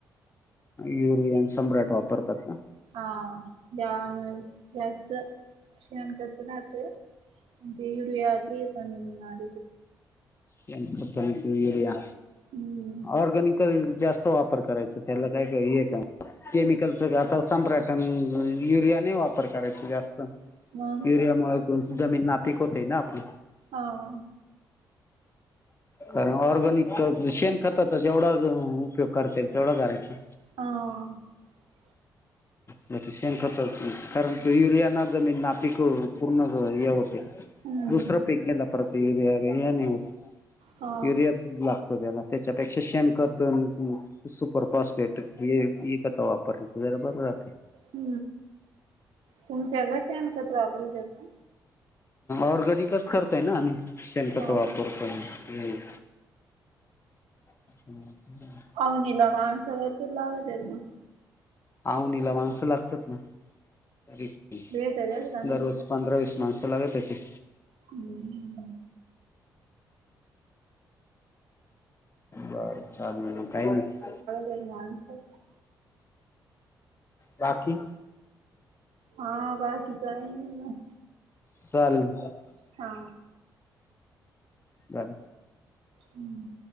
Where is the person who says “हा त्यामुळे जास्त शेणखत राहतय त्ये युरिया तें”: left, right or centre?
Right